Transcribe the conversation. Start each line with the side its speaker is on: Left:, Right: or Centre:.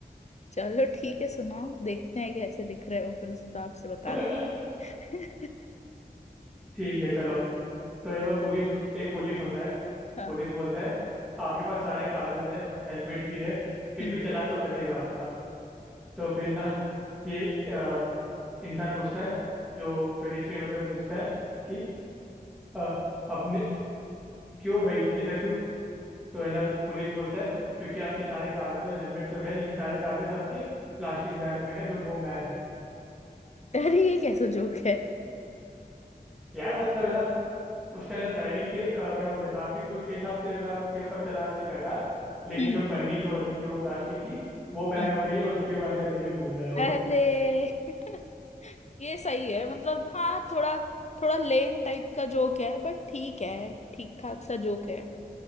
Left: चलो ठीक है सुनाओ देखते हैं कैसे दिख रहे हो फिर उस हिसाब से बताते
Centre: <laughs>
Left: हैं। <laughs>
Centre: ठीक है चलो तो एक बार पुलिस एक पुलिस होता है
Left: हाँ
Centre: पुलिस बोलता है आपके पास सारे कागज है हेलमेट भी है फिर
Left: हम्म
Centre: भी
Left: हम्म।
Centre: चालान तो कटेगा आपका तो फिर ना ये अ, इंसान पूछता है जो पेडिस्ट्रियन होता है पूछता है कि अ, अपने क्यों भाई ऐसा क्यों तो है ना पुलिस बोलता है क्योंकि आपके सारे कागज और हेलमेट तो है लेकिन सारे कागज आपके प्लास्टिक बैग में है जो वो बैन है
Left: अरे ये कैसा जोक है
Centre: यार मतलब है ना उसका है ना ड्राइविंग के अ, क्या बोलते हैं ट्रैफिक रूल के हिसाब से है ना उसके ऊपर चालान नहीं कटा लेकिन
Left: हम्म
Centre: जो पन्नी जो होती है वो प्लास्टिक की वो बैन
Left: हम्म।
Centre: हो गई है और उसके वो अंदर लेके घूम रहा है वो
Left: अरे <laughs> ये सही है मतलब हाँ थोड़ा थोड़ा लेम टाइप का जोक है बट ठीक है ठीक ठाक सा जोक है